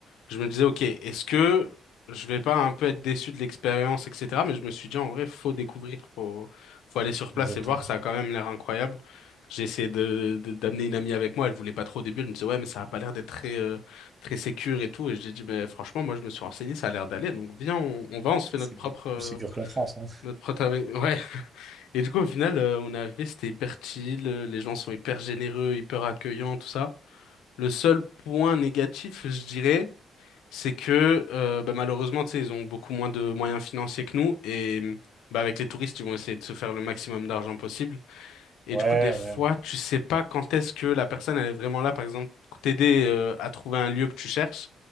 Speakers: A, on the left; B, on the right.
A: je me disais, ok, est-ce que je vais pas un peu être déçu de l'expérience, etc. Mais je me suis dit, en vrai, faut découvrir, faut, faut aller sur place
B: Exactement.
A: et voir, ça a quand même l'air incroyable. J'ai essayé de, de- d'amener une amie avec moi, elle voulait pas trop au début, elle me disait, ouais, mais ça a pas l'air d'être très, euh, très sécure et tout. Et j'ai dit, mais franchement, moi, je me suis renseigné, ça a l'air d'aller, donc viens, on, on va, on se fait
B: C'est
A: notre propre,
B: beaucoup
A: euh,
B: plus sécure que la France, hein.
A: notre propre, avis. <laughs> ouais. Et du coup, au final, euh, on est arrivé, c'était hyper chill, euh, les gens sont hyper généreux, hyper accueillants, tout ça. Le seul point négatif, je dirais, c'est que euh, bah, malheureusement, tu sais, ils ont beaucoup moins de moyens financiers que nous et bah, avec les touristes, ils vont essayer de se faire le maximum d'argent possible. Et
B: Ouais,
A: du coup, des fois,
B: ouais,
A: tu sais pas quand est-ce que la personne elle est vraiment là, par exemple, pour t'aider euh, à trouver un lieu que tu cherches,